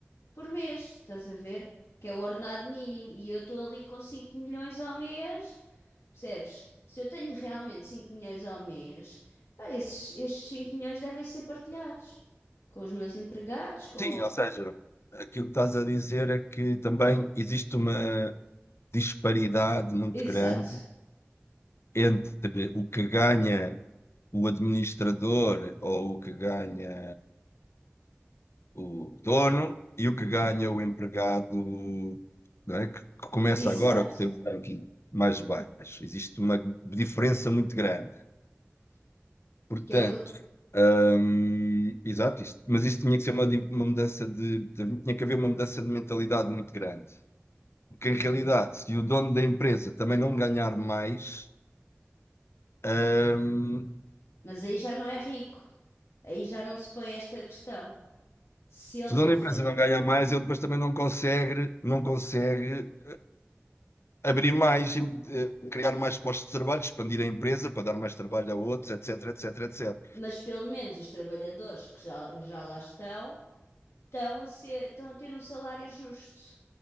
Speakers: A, on the left; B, on the left.
A: por mês, estás a ver? Que é o ordenado mínimo. E eu estou ali com 5 milhões ao mês, percebes? Se eu tenho realmente 5 milhões ao mês, pá, esses, estes 5 milhões devem ser partilhados com os meus empregados, com.
B: Sim, ou seja, aquilo que estás a dizer é que também existe uma disparidade muito
A: Exato.
B: grande entre o que ganha o administrador ou o que ganha o dono e o que
A: Uhum.
B: ganha o empregado, não é? Que, que começa
A: Exato.
B: agora, que tem um ranking mais baixo. Existe uma diferença muito grande. Portanto,
A: Que é o que. eu-
B: hum, exato, isto, mas isso tinha que ser uma, di- uma mudança de, de- tinha que haver uma mudança de mentalidade muito grande. Porque, em
A: Uhum.
B: realidade, se o dono da empresa também não ganhar mais, hum,
A: Mas aí já não é rico. Aí já não se põe esta questão. Se ele
B: se o
A: não
B: dono
A: for.
B: da empresa não ganhar mais, ele depois também não consegue, não consegue abrir mais, eh, criar mais postos de trabalho, expandir a empresa para dar mais trabalho a outros, etc, etc, etc.
A: Mas pelo menos os trabalhadores que já, já lá estão, estão a ser, estão a ter um salário justo.